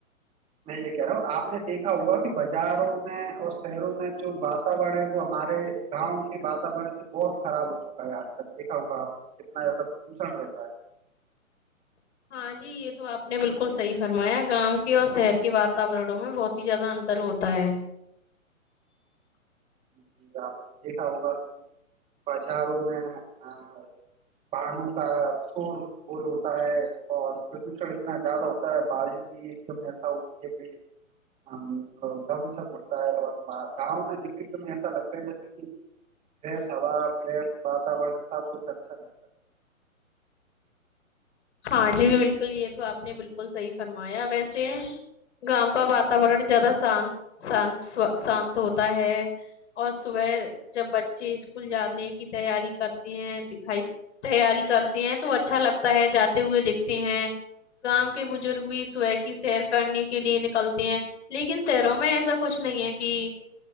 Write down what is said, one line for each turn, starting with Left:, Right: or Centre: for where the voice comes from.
Right: میں یہ کہہ رہا ہوں آپ نے دیکھا ہوا کہ بازاروں میں اور شہروں میں جو واتورن ہے وہ ہمارے گاؤں کے واتورن سے بہت خراب ہو چکا ہے آج کل دیکھا ہوگا آپ نے کتنا زیادہ پردوشن رہتا ہے
Left: ہاں جی یہ تو آپ نے بالکل صحیح فرمایا گاؤں کے اور شہر کے واتورنوں میں بہت ہی زیادہ انتر ہوتا ہے
Right: اور گاؤں میں <inaudible> تمہیں ایسا لگتا ہے جیسے کہ فرش ہوا فرش واتورن سب کچھ اچھا لگتا ہے
Left: ہاں جی بالکل یہ تو آپ نے بالکل صحیح فرمایا ویسے گاؤں کا واتاورن زیادہ شانتان شانت ہوتا ہے اور صبح جب بچے اسکول جانے کی تیاری کرتے ہیں دکھائی تیاری کرتے ہیں تو اچھا لگتا ہے جات تے ہوئے دیکھتے ہیں گاوں کے بزرگ بھی صبح کی سیر کرنے کے لیے نکلتے ہیں لیکن شہروں میں ایسا کچھ نہیں ہے کہ